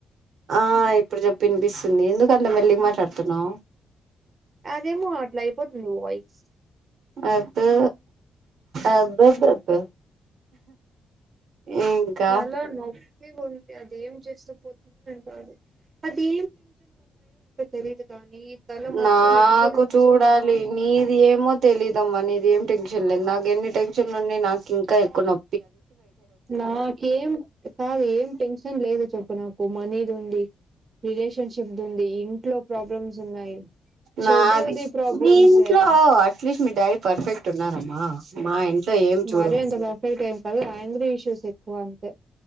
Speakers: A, on the right; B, on the right.
A: ఆ ఇప్పుడు చెప్పినిపిస్తుంది ఎందుకట్ల మెళ్ళీగ్ మాట్లాడుతున్నావ్
B: అదేమో అట్లా అయిపోతుంది వాయిస్
A: అబ్బో అబ్బబ్బబ్బో ఇంకా
B: చాలా నొప్పిగుంది అది ఏం చేస్త పోతుందో ఏంటో అది తెలియదు కానీ తల మాత్రం
A: నాకు
B: ఎక్కువ నొప్పిస్తుంది
A: చూడాలి
B: నాకు
A: నీది ఏమో తెలీదమ్మా నీ ది ఏం టెన్షన్ లేద్ నాకు ఎన్ని టెన్షన్లున్నాయ్ నాకు ఇంకా ఎక్కువ నొ
B: నాకేం కాదు ఏం టెన్షన్ లేదు చెప్పు నాకు మనీదీ ఉందీ రిలేషన్షిప్ దీ ఉంది ఇంట్లో ప్రాబ్లమ్స్ ఉన్నాయి చదువుది
A: నాది
B: ప్రాబ్లమ్స్
A: మీ ఇంట్లో
B: ఏ
A: అట్లీస్ట్ మీ డాడీ పర్ఫెక్ట్ ఉన్నారమ్మా మా ఇంట్లో ఏం చూడు
B: మరి అంత పర్ఫైట్ టెం కదు ఆంగ్రీ ఇష్యూస్ ఎక్కువ అంతే